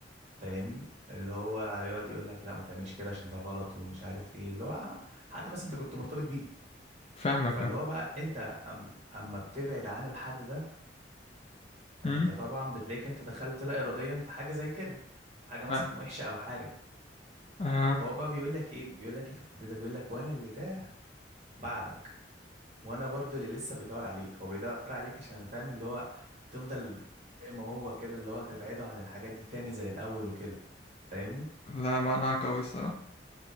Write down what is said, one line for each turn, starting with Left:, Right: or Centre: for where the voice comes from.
Right: فاهمني اللي هو يقعد يقول لك لا ما تعملش كده عشان ده غلط ومش عارف ايه اللي هو حد مثلا انت كنت مرتبط بيه
Left: فاهمك
Right: فاللي
Left: اه
Right: هو بقى انت أم اما بتبعد عن الحد ده
Left: امم
Right: انت طبعا بتلاقيك انت دخلت لا اراديا في حاجه زي كده حاجه مثلا
Left: لا
Right: وحشه او حاجه
Left: آه.
Right: فهو بقى بيقول لك ايه بيقول لك ايه في الكوبليه ده بيقول لك وانا اللي تاه بعدك وانا برضو اللي لسه بيدور عليك هو بيدور عليك عشان فاهم اللي هو تفضل زي ما هو كده اللي هو تبعده عن الحاجات دي تاني زي الاول وكده فاهمني
Left: لا معناها قوي الصراحه